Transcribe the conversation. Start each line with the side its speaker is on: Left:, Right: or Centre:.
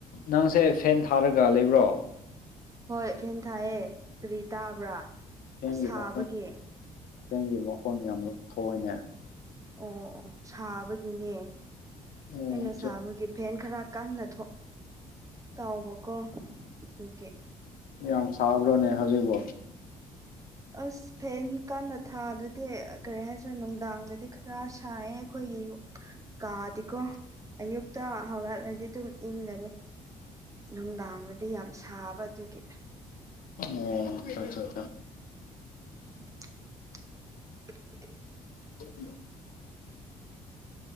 Left: ꯅꯪꯁꯦ ꯐꯦꯟ ꯊꯥꯔꯒ ꯂꯩꯕ꯭ꯔꯣ
Right: ꯍꯣꯏ ꯐꯦꯟ ꯊꯥꯏꯌꯦ ꯀꯔꯤ ꯇꯥꯕ꯭ꯔꯥ
Left: ꯆꯦꯡꯒꯤ
Right: ꯑꯁ ꯁꯥꯕꯒꯤ
Left: ꯃꯈꯣꯟ ꯆꯦꯡꯒꯤ ꯃꯈꯣꯟ ꯌꯥꯝ ꯊꯣꯏꯅꯦ
Right: ꯑꯣ ꯑꯣ ꯁꯥꯕꯒꯤꯅꯦ
Left: ꯑꯣ
Right: ꯑꯩꯅ ꯁꯥꯕꯒꯤ ꯐ‌ꯦꯟ ꯈꯔ ꯀꯟꯅ ꯊꫭꯛ ꯇꯥꯎꯕꯀꯣ ꯑꯗꯨꯒꯤ
Left: ꯌꯥꯝ ꯁꯥꯕ꯭ꯔꯣꯅꯦ ꯍꯧꯖꯤꯕꯣ
Right: ꯑꯁ ꯐꯦꯟ ꯀꯟꯅ ꯊꯥꯗꯗꯤ ꯀꯔꯤ ꯍꯥꯏꯁꯤꯔ ꯅꯨꯡꯗꯥꯡꯗꯗꯤ ꯈꯔ ꯁꯥꯏꯌꯦ ꯑꯩꯈꯣꯏꯒꯤ ꯌꯨ ꯀꯥꯗꯤꯀꯣ ꯑꯌꯨꯛꯇ ꯍꯧꯔꯛꯂꯗꯤ ꯑꯗꯨꯝ ꯏꯪꯪꯒꯅꯤ ꯅꯨꯡꯗꯥꯡꯗꯗꯤ ꯌꯥꯝ ꯁꯥꯕ ꯑꯗꯨꯒꯤ
Left: ꯑꯣ ꯑꯠ ꯆꯥ ꯆꯥ
Right: <unintelligible>
Left: ꯎ